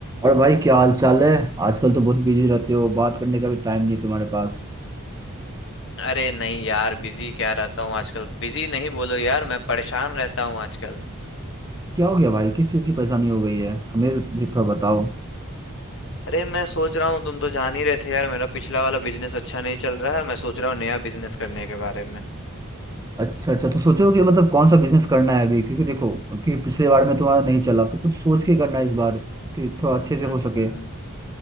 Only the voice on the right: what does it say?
और भाई क्या हाल चाल है आजकल तो बहुत बिजी रहते हो बात करने का भी टाइम नहीं है तुम्हारे पास
क्या हो गया भाई किस चीज़ की परेशानी हो गई है हमें भी थोड़ा बताओ
अच्छा अच्छा तो सोचो कि मतलब कौन सा बिजनेस करना है अभी क्योंकि देखो कि पिछले बार में तुम्हारा नहीं चला तो कुछ सोच के करना है इस बार कि थोड़ा अच्छे से
हो सके